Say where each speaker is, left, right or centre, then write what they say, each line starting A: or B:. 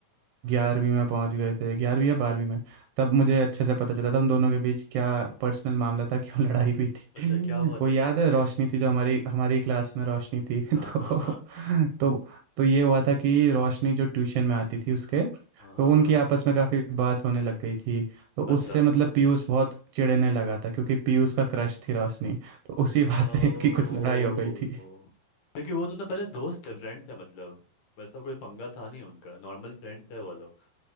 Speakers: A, on the right; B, on the left.
A: ग्यारहवीं में पहुंच गए थे ग्यारहवीं या बारहवीं में तब मुझे अच्छे से पता चला था उन दोनों के बीच क्या पर्सनल मामला था <laughs> क्यों लड़ाई हुई थी
B: अच्छा क्या हुआ
A: <laughs> वो
B: था
A: याद
B: एग्जैक्टली
A: है रोशनी थी जो हमारी हमारी क्लास में रोशनी थी <laughs>
B: हाँ
A: तो
B: हाँ हाँ
A: तो तो ये हुआ था कि रोशनी जो ट्यूशन में आती थी उसके
B: हाँ
A: तो
B: हाँ
A: उनकी
B: हाँ
A: आपस में काफ़ी बात होने लग गई थी तो
B: अच्छा
A: उससे मतलब पीयूष बहुत चिढ़ने लगा था क्योंकि पीयूष का क्रश थी रोशनी तो उसी
B: ओ
A: <laughs> बात पे इनकी कुछ लड़ाई हो गई थी
B: क्योंकि वो तो ना पहले दोस्त थे फ्रेंड थे मतलब वैसा कोई पंगा था नहीं उनका नॉर्मल फ्रेंड थे वो लोग